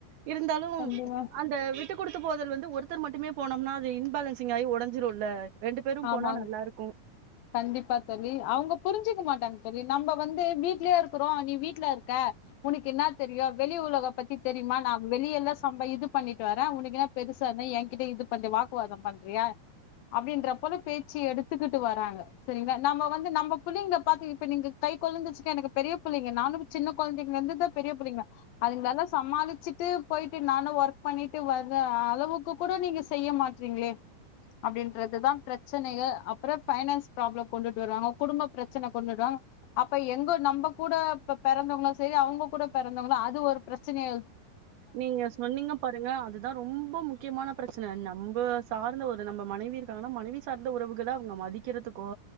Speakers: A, on the right (about 75°); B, on the left (about 75°).
A: இருந்தாலும்
B: கண்டிப்பா
A: அந்த விட்டு கொடுத்து போதல் வந்து ஒருத்தர் மட்டுமே போனோம்னா அது இன்பாலன்சிங் ஆகி உடைஞ்சிரும்ல ரெண்டு பேரும்
B: ஆமாங்
A: போனா நல்லா இருக்கும்
B: கண்டிப்பா தோழி அவங்க புரிஞ்சிக்க மாட்டாங்க தோழி நம்ம வந்து வீட்லயே இருக்கிறோம் நீ வீட்ல இருக்க உனக்கு என்ன தெரியும் வெளி உலக பத்தி தெரியுமா நான் வெளிய எல்லாம் சம்ப இது பண்ணிட்டு வரேன் உனக்கு என்ன பெருசான என்கிட்ட இது பண்ற வாக்குவாதம் பண்றியா அப்படின்ற போல பேச்சு எடுத்துக்கிட்டு வாராங்க சரிங்களா நம்ம வந்து நம்ம புள்ளைங்க பாத்தீ இப்ப நீங்க கை கொலந்தங்க எனக்கு பெரிய பிள்ளைங்க நானும் சின்ன குழந்தைங்க இருந்துதான் பெரிய புள்ளைங்க அதுங்கல்லாம் சமாளிச்சுட்டு போயிட்டு நானும் ஒர்க் பண்ணிட்டு வர்ர அளவுக்கு கூட நீங்க செய்ய மாட்டறீங்களே அப்படின்றது தான் பிரச்சனையே அப்புறம் பைனான்ஸ் ப்ராப்ளம் கொண்டுட்டு வருவாங்க குடும்ப பிரச்சனை கொண்டு வருவாங்க அப்ப எங்க நம்ம கூட பிறந்தவங்களும் சரி அவங்க கூட பிறந்தவங்களு அது ஒரு பிரச்சனையா
A: நீங்க சொன்னீங்க பாருங்க அதுதான் ரொம்ப முக்கியமான பிரச்சனை நம்ப சார்ந்த ஒரு நம்ம மனைவி இருக்காங்கன்னா மனைவி சார்ந்த உறவுகள அவங்க மதிக்கறதுக்கோ